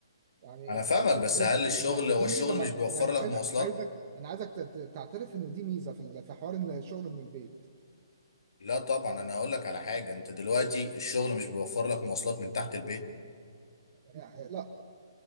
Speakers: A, on the right (about 35°); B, on the left (about 70°).
A: يعني
B: انا
A: كده-
B: فاهمك بس
A: دي
B: هل
A: دي
B: الشغل
A: ميزه
B: هو
A: دي
B: الشغل
A: ميزه ما
B: مش بيوفر
A: يعني عايزك
B: لك مواصلات
A: عايزك انا عايزك ت- ت- تعترف ان دي ميزه في ال- في حوار إن الشغل من البيت
B: لا طبعا انا هقول لك على حاجه انت دلوقتي الشغل مش بيوفر لك مواصلات من تحت البيت
A: يعني لا